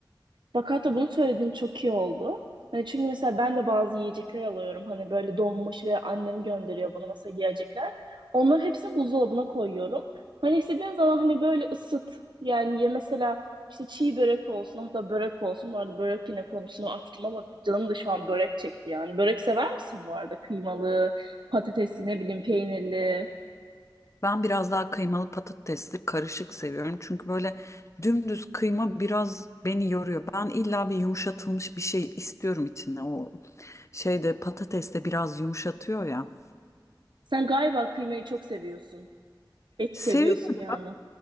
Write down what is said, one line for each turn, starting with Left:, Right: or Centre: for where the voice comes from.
Right: Bak hatta bunu söylediğin çok iyi oldu. Hani çünkü mesela ben de bazı yiyecekler alıyorum. Hani böyle donmuş ve annem gönderiyor bana mesela yiyecekler. Onların hepsini buzdolabına koyuyorum. Hani istediğin zaman hani böyle ısıt. Yani ye mesela işte çiğ börek olsun hatta börek olsun. Bu arada börek yine konusunu açtım ama canım da şu an börek çekti yani. Börek sever misin bu arada? Kıymalı, patatesli ne bileyim peynirli.
Left: Ben biraz daha kıymalı patatesli karışık seviyorum. Çünkü böyle dümdüz kıyma biraz beni yoruyor. Ben illa bir yumuşatılmış bir şey istiyorum içinde. O şeyde patates de biraz yumuşatıyor ya.
Right: Sen galiba kıymayı çok seviyorsun. Et
Left: Seviyorum,
Right: seviyorsun yani.